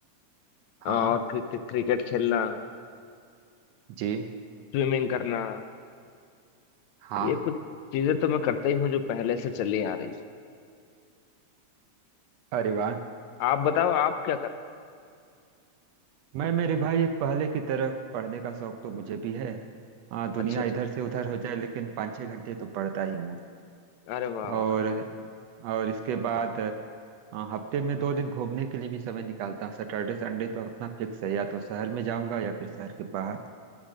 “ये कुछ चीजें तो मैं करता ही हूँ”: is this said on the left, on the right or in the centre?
Left